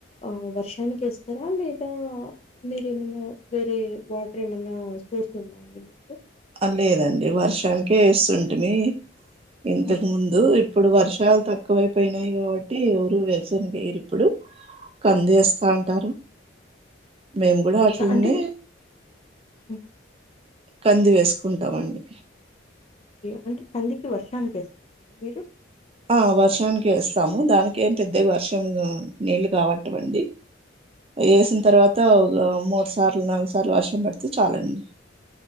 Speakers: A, on the left; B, on the right.
A: ఆ వర్షానికి ఏస్తారా లేదా మీరేమన్నా వేరే వాటర్ ఏమన్నా సోర్స్ ఉందా అండి మీకు?
B: ఆ లేదండి వర్షానికే ఏస్తుంటిమి ఇంతకు
A: హ్మ్.
B: ముందు ఇప్పుడు వర్షాలు తక్కువైపోయినాయి కాబట్టి ఎవరు వేరుసెనగ వేయరు ఇప్పుడు. కందేస్తా ఉంటారు. మేము
A: ఓకే.
B: గుడ అట్లనే
A: క అంటే హ్మ్.
B: కంది వేస్ స్ కుంటామండి
A: ఓకే అంటే కందికి వర్షానికేస్తారా అండి మీరు?
B: ఆ వర్షానికే ఏస్తాము దానికి ఏం పెద్దగా వర్షం నీళ్ళు కావట్ట వండి. ఏసిన తర్వాత ఆ మూడు సార్లు, నాలుగు సార్లు వర్షం పడితే చాలండి